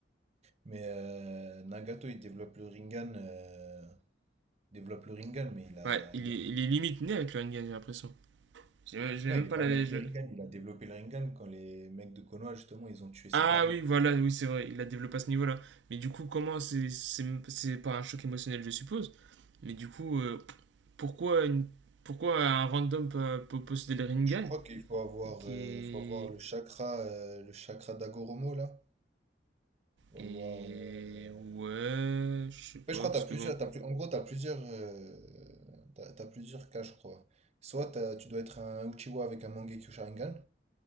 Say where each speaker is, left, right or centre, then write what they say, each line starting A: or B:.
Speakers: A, on the right; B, on the right.
A: mais euh, Nagato, il développe le Rinnegan, euh, développe le Rinnegan, mais il a,
B: Ouais, il
A: il
B: est,
A: a
B: il est limite né avec le Rinnegan, j'ai l'impression. J'ai- Je
A: Non,
B: l'ai même
A: il n'est
B: pas
A: pas
B: la.
A: né avec
B: je-
A: le Rinnegan, il a développé le Rinnegan quand les mecs de Konoha, justement, ils ont tué ses
B: Ah
A: parents.
B: oui, voilà, oui, c'est vrai, il a développé à ce niveau-là. Mais du coup, comment c'est. C'est c'est par un choc émotionnel, je suppose. Mais du coup, euh, pourquoi, une- pourquoi un random peut, peut posséder le Rinnegan
A: Je crois qu'il faut avoir,
B: qui
A: euh,
B: est,
A: faut avoir le chakra, euh, le chakra d'Agoromo, là. Faut
B: Et
A: avoir, euh,
B: ouais, je sais pas,
A: Ouais, je crois
B: parce
A: que t'as
B: que
A: plusieurs,
B: bon,
A: t'as plus... en gros, t'as plusieurs, euh, t'as, t'as plusieurs cas, je crois. Soit t'as- tu dois être un Uchiwa avec un Mangekyo Sharingan,